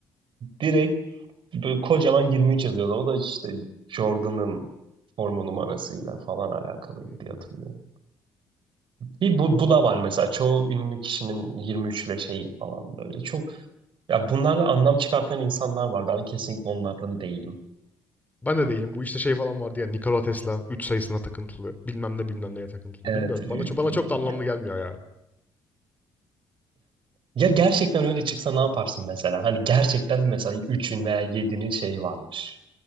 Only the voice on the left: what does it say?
Hmm.
Ben de değilim. Bu işte şey falan vardı ya Nikola Tesla 3 sayısına takıntılı. Bilmem ne bilmem neye takıntılı.
Bilmiyorum.
Bana, ço- bana
çok da anlamlı
gelmiyor ya.